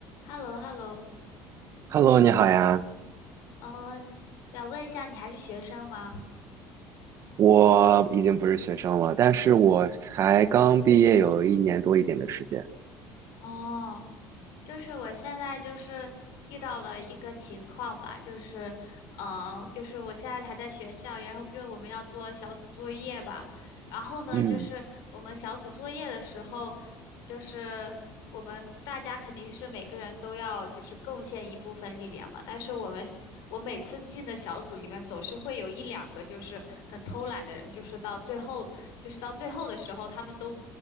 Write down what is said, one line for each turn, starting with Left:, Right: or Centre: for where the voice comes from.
Left: h e l l o h e l l o
Right: Hello，你好呀，
Left: 嗯，想问一下，你还是学生吗？
Right: 我已经不是学生了，但是我才刚毕业有一年多一点的时间。
Left: 哦，就是我现在就是遇到了一个情况吧，就是，嗯、就是我现在还在学校，然后因为我们要做小组作业吧，然后呢，
Right: 嗯
Left: 就是我们小组作业的时候，就是我们大家肯定是每个人都要就是贡献一部分力量嘛，但是我们我每次进的小组里面总是会有一两个就是很偷懒的人，就是到最后就是到最后的时候，他们都。